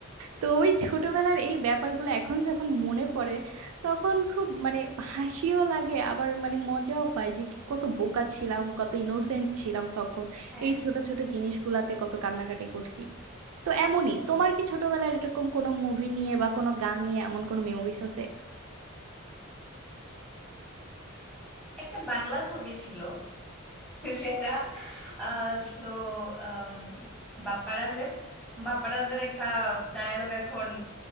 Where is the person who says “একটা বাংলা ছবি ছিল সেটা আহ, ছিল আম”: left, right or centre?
Centre